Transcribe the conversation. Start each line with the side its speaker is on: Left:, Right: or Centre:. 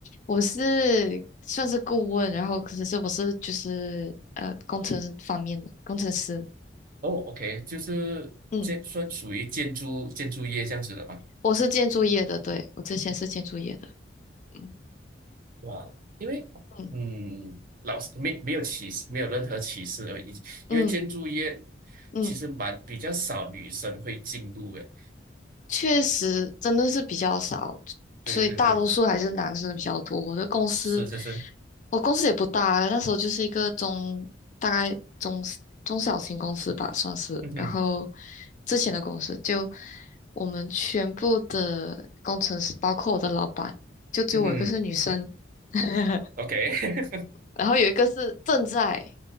Left: 我是算是顾问，然后可是这我是就是呃工程师方面的工程师，
Right: 哦，OK，就是建算属于建筑建筑业这样子的吧？
Left: 嗯，我是建筑业的，对，我之前是建筑业的，嗯
Right: 哇，因为嗯，
Left: 嗯
Right: 老师没没有歧视，没有任何歧视而已，因为建筑业
Left: 嗯嗯。
Right: 其实蛮比较少女生会进入诶。
Left: 确实真的是比较少，
Right: 对对对，
Left: 所以大多数还是男生比较多。我的公司，
Right: 是是是，
Left: 我公司也不大，那时候就是一个中，大概中中小型公司吧，算是。
Right: 嗯哼
Left: 然后之前的公司就我们全部的工程师，包括我的老板，就只有我一个是女生。
Right: 嗯哼
Left: <laughs>
Right: ，OK，
Left: 然后有一个是正在